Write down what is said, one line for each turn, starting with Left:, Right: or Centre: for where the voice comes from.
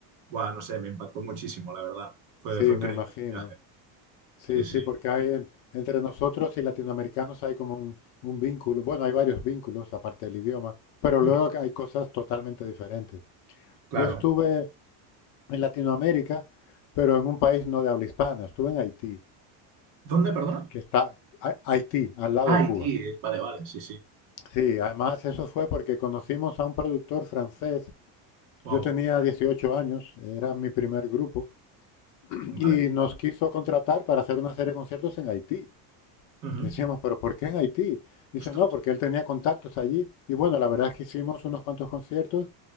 Right: Bueno, no sé, me impactó muchísimo, la verdad. Fue,
Left: Sí,
Right: fue increíble
Left: me imagino.
Right: ese viaje.
Left: Sí,
Right: Sí, sí.
Left: sí, porque hay en- entre nosotros y latinoamericanos hay como un, un vínculo. Bueno, hay varios vínculos aparte del idioma, pero luego
Right: Mm,
Left: hay cosas totalmente diferentes.
Right: Claro.
Left: Yo estuve en Latinoamérica, pero en un país no de habla hispana. Estuve en Haití,
Right: ¿Dónde, perdona?
Left: que está Ha- Haití, al lado
Right: Ah,
Left: de
Right: Haití.
Left: Cuba.
Right: Vale, vale, sí, sí.
Left: Sí, además eso fue porque conocimos a un productor francés.
Right: Wow.
Left: Yo tenía 18 años, era mi primer grupo, <clears throat>
Right: Vale.
Left: y nos quiso contratar para hacer una serie de conciertos en Haití.
Right: Ujú.
Left: Decíamos, pero ¿por qué en Haití? Dice,
Right: Ostras.
Left: no, porque él tenía contactos allí. Y bueno, la verdad es que hicimos unos cuantos conciertos.